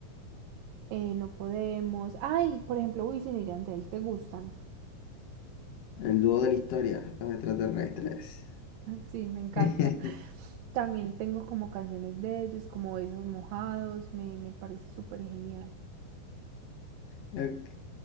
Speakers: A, on the right; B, on the left.
A: eh, no podemos. Ay, por ejemplo, Wisin y Yandel, ¿te gustan?
B: el dúo de la historia, los extraterrestres.
A: Sí, me encanta.
B: <laughs>
A: También tengo como canciones de ellos, como Besos Mojados, me, me parece súper genial.
B: Ok.